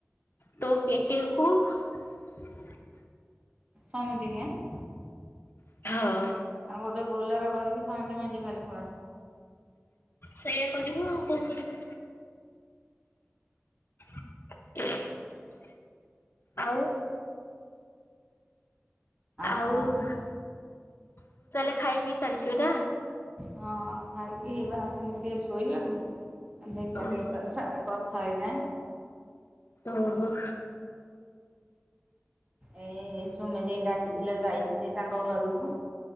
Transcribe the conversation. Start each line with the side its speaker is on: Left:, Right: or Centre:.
Left: ତୋ କେକେଙ୍କୁ। <inaudible>
Right: ସମତିିଙ୍କି ଆଁ।
Left: ହଁ।
Right: ଆଉ ଗୋଟେ ବୋଲର କରିକି ସମେତେ ମେଡିକାଲ୍ ପଳା।
Left: ସେଇଆ କରିବୁ ଆଉ କଁ କରିବୁ। <inaudible> ଆଉ ଆଉ
Right: କଣ କହ
Left: ତୁ ତାହେଲେ ଖାଇ ପିଇ ସାରିଚୁ ନା।
Right: ହଁ ଖାଇକି ହେଇବା ଆସିନି ଟିକେ ଶୋଇବାକୁ ଉଁ ଦେଖିଆ
Left: ଓହୋ
Right: ଟିକେ ତୋ ସାଙ୍ଗେରେ କ ଥା ହେଇଯାଏଁ।
Left: ଓହୋ।
Right: ଏଇଁ ସୁମି ଦେଇ ଡାକିଥିଲେ ଯାଇଥିଲି ତାଙ୍କ ଘରୁକୁ।